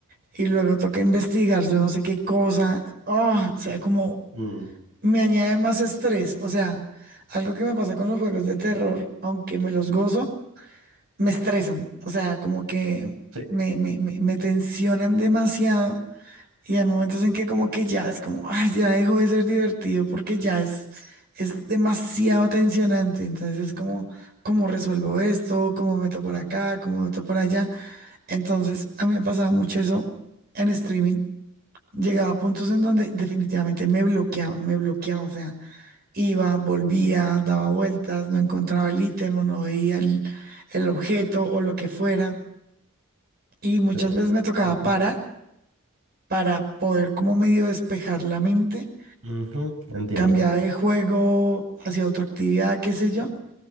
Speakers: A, on the right (about 50°); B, on the right (about 80°).
A: y luego toca investigar, yo no sé qué cosa, ah, o sea, como
B: Mm,
A: me añade más estrés, o sea, algo que me pasa con los juegos de terror, aunque me los gozo me estresan, o sea, como que
B: sí,
A: me, me, me, me tensionan demasiado y hay momentos en que como que ya es como, ay, ya dejó de ser divertido porque ya es, es demasiado tensionante, entonces es como, ¿cómo resuelvo esto? ¿Cómo meto por acá? ¿Cómo meto por allá? Entonces a mí me pasaba mucho eso en streaming. Llegaba a puntos en donde definitivamente me bloqueaba, me bloqueaba, o sea. Iba, volvía, daba vueltas, no encontraba el ítem o no veía el, el objeto o lo que fuera. Y muchas
B: sí.
A: veces me tocaba
B: Ujú,
A: parar para poder como medio despejar la mente,
B: ujú, Entiendo.
A: cambiar de juego hacia otra actividad, qué sé yo,